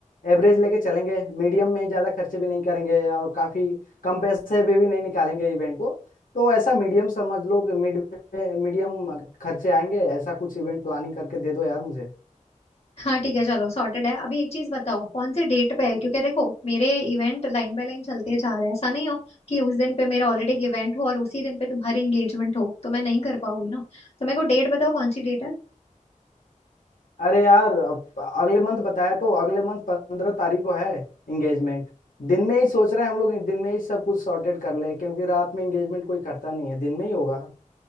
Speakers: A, on the left; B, on the left.
A: एवरेज लेके चलेंगे मीडियम में ही ज्यादा खर्चे भी नहीं करेंगे और काफी कम पैसे भी, भी नहीं निकालेंगे इवेंट को तो ऐसा मीडियम समझ लो मिड मीडियम खर्चे आएंगे ऐसा कुछ इवेंट प्लानिंग करके दे दो यार मुझे
B: हाँ ठीक है चलो सॉर्टेड है अभी एक चीज बताओ कौन से डेट पे है क्योंकि देखो मेरे इवेंट लाइन बाय लाइन चलते जा रहे हैं ऐसा नहीं हो कि उस दिन पे मेरा ऑलरेडी इवेंट हो और उसी दिन पे तुम्हारी एंगेजमेंट हो तो मैं नहीं कर पाऊंगी ना तो मेरे को डेट बताओ कौन सी डेट है
A: अरे यार अब अगले मंथ बताया तो अगले मंथ पंद्रह तारीख को है एंगेजमेंट दिन में ही सोच रहे हैं हम लोग दिन में ही सब कुछ सॉर्टेड कर ले क्योंकि रात में एंगेजमेंट कोई करता नहीं है दिन में ही होगा